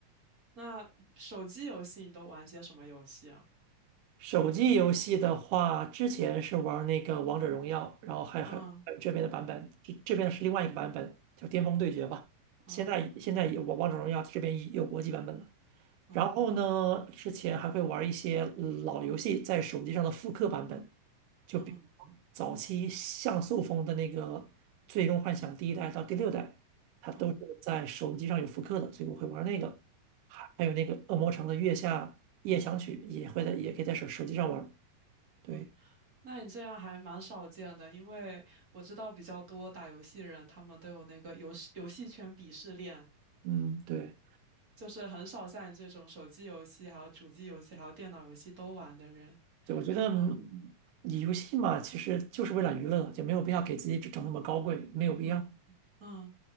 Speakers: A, on the right (about 25°); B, on the right (about 80°).
A: 那手机游戏你都玩些什么游戏啊？
B: 手机游戏的话，之前是玩那个《王者荣耀》，然后还还还有这边的版本，
A: 嗯
B: 这这边是另外一个版本叫《巅峰对决》吧。
A: 嗯
B: 现在现在也王王者荣耀这边也有国际版本了。
A: 嗯
B: 然后呢，之前还会玩一些老游戏在手机上的复刻版本，就比如早期像素风的那个《最终幻想》第一代到第六代，
A: 嗯
B: 它都是在手机上有复刻的，
A: 嗯
B: 所以我会玩那个。
A: 嗯
B: 还还有那个《恶魔城》的《月下夜想曲》也会在，也可以在手手机上玩。对，
A: 嗯，那你这样还蛮少见的，因为我知道比较多打游戏人，他们都有那个游戏游戏圈鄙视链。
B: 嗯，对，
A: 就是很少像你这种手机游戏、还有主机游戏、还有电脑游戏都玩的人。
B: 对，我觉得
A: 嗯
B: 你游戏嘛，其实就是为了娱乐，就没有必要给自己整整那么高贵，没有必要。
A: 嗯嗯。